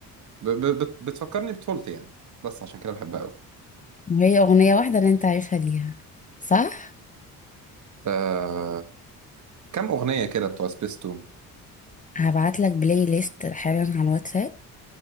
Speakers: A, on the right; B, on the left.
A: ب ب بت- بتفكرني بطفولتي يعني بس عشان كده بحبها قوي
B: وهي أغنية واحدة اللي أنت عارفها ليها صح؟
A: آه كم اغنية كده بتوع سبيستون
B: هبعتلك بلاي ليست حالا على الواتساب